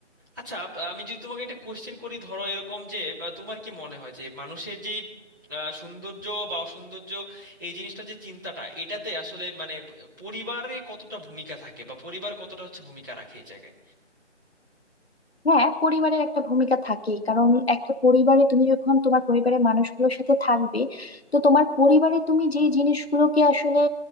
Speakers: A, on the right; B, on the left.
A: আচ্ছা আহ, আমি যদি তোমাকে একটা কোশ্চেন করি ধরো এরকম যে বা তোমার কি মনে হয় যে মানুষের যেই আহ, সৌন্দর্য বা অসৌন্দর্য এই জিনিসটা যে চিন্তাটা এটাতে আসলে মানে পরিবারে কতটা ভূমিকা থাকে বা পরিবার কতটা হচ্ছে ভূমিকা রাখে এই জায়গায়
B: হ্যাঁ পরিবারের একটা ভূমিকা থাকেই কারণ একটা পরিবারে তুমি যখন তোমার পরিবারের মানুষগুলোর সাথে থাকবে তো তোমার পরিবারে তুমি যে জিনিসগুলোকে আসলে